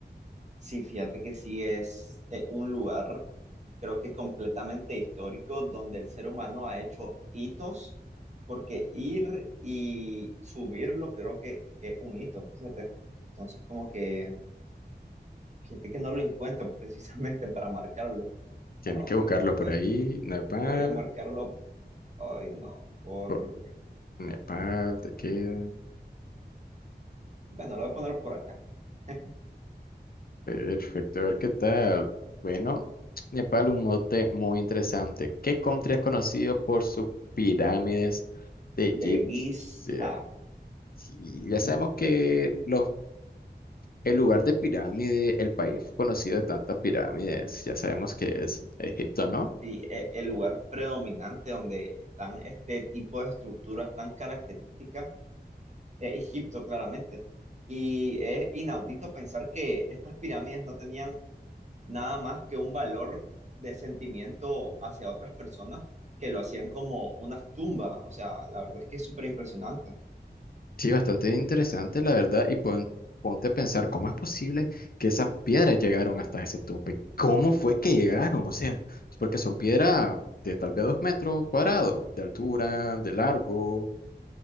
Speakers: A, on the right; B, on the left.
A: Sí, fíjate que sí es eh, un lugar, creo que completamente histórico, donde el ser humano ha hecho hitos, porque ir y subirlo creo que es un hito, fíjate. Entonces, como que, fíjate que no lo encuentro <laughs> precisamente para marcarlo.
B: Tienes
A: Ah,
B: que
A: ok,
B: buscarlo
A: voy
B: por
A: a,
B: ahí. Nepal.
A: voy a marcarlo, ay no, por,
B: por- Nepal, te queda.
A: bueno, lo voy a poner por acá. <laughs>
B: Perfecto, a ver qué tal. Bueno, Nepal, un mote muy interesante. ¿Qué country es conocido por sus pirámides de Egipcia?
A: De Giza.
B: Sí, ya sabemos que los, el lugar de pirámide, el país conocido de tantas pirámides, ya sabemos que es Egipto, ¿no?
A: Sí, e- el lugar predominante donde están este tipo de estructuras tan características es Egipto, claramente. Y es inaudito pensar que estas pirámides no tenían nada más que un valor de sentimiento hacia otras personas que lo hacían como unas tumbas. O sea, la verdad es que es súper impresionante.
B: Sí, bastante interesante, la verdad, y pon- ponte a pensar cómo es posible que esas piedras llegaron hasta ese tope. ¿Cómo fue que llegaron? O sea, porque son piedras de tal vez dos metros cuadrados de altura, de largo.